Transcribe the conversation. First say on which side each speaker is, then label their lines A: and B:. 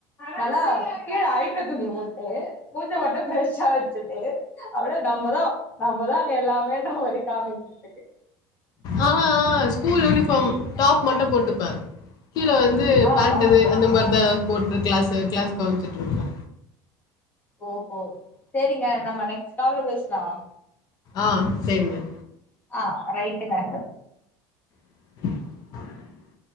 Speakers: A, on the left (about 15°); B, on the left (about 40°).
A: நல்லா கீழ அழக்கு துணிய போட்டு மூஞ்ச மட்டு ஃபிரெஷ் ஷா வச்சட்டு அப்டே நம்பதா நம்பதா அங்க எல்லாமேன்ற மாரி காமிக்கட்டுக்கு
B: ஆ ஆ ஸ்கூல் யூனிஃபார்ம் டாப் மட்டு போட்டுப்பே கீழ வந்து இது
A: ஆ
B: பேண்ட்
A: ஆ
B: இது அந்த மாரிதா போட்டு க்ளாஸ் கிளாஸ் கவன்ச்ட்டு இருப்பே
A: ஓஹோ சேரிங்க நம்ம நெக்ஸ்ட் கால்ல பேசலா
B: ஆ சேரிங்க
A: ஆ ரைட்டுங்க
B: <inaudible>